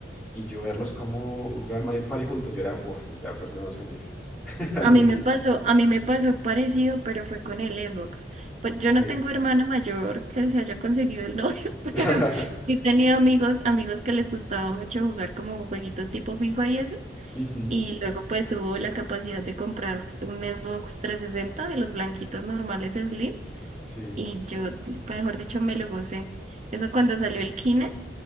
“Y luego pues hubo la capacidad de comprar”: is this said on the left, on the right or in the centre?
Right